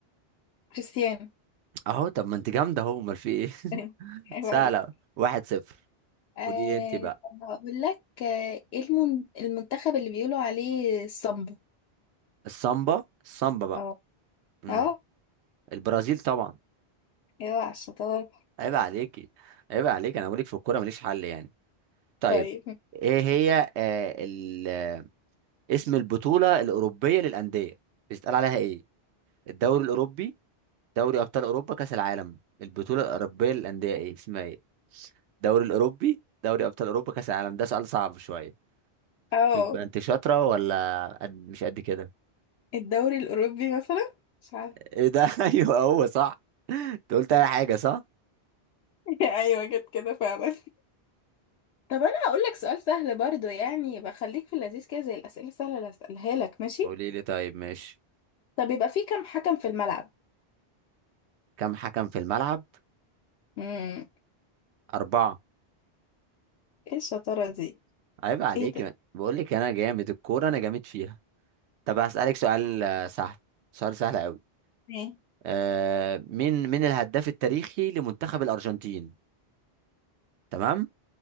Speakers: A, on the left; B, on the right.
A: كريستيانو
B: اهو طب ما انت جامده اهو امال في ايه
A: <laughs> حلو
B: سهلة
A: عليك
B: واحد صفر
A: آه
B: قولي لي انت بقى
A: طب هقول لك آه، ايه المن... المنتخب اللي بيقولوا عليه الصمبا
B: السامبا السامبا بقى
A: اه
B: امم
A: اه
B: البرازيل طبعا
A: ايوه على الشطار
B: عيب عليكي عيب عليك انا بقولك في الكورة ماليش حل يعني طيب
A: طيب
B: ايه هي آه ال... آه، اسم البطولة الأوروبية للأندية بيتقال عليها ايه الدوري الأوروبي دوري أبطال أوروبا كأس العالم البطولة الأوروبية للأندية ايه اسمها ايه الدوري الأوروبي دوري أبطال أوروبا كأس العالم ده سؤال صعب شوية
A: اه
B: يبقى انت شاطرة ولا قد... مش قد كده
A: الدوري الاوروبي مثلا مش عارفة
B: ايه ده <laughs> ايوه هو صح انت قلت اي حاجه صح
A: <laughs> ايوه جت كده فعلا طب انا هقول لك سؤال سهل برضو يعني يبقى خليك في اللذيذ كده زي الاسئله السهله اللي هسالها لك ماشي
B: قولي لي طيب ماشي
A: طب يبقى في كام حكم في الملعب
B: كم حكم في الملعب
A: امم
B: اربعه
A: ايه الشطاره دي
B: عيب عليك
A: ايه ده
B: بقول لك انا جامد الكوره انا جامد فيها طب هسالك سؤال آه، سهل سؤال سهل قوي
A: ماشي
B: آه مين مين الهداف التاريخي لمنتخب الارجنتين تمام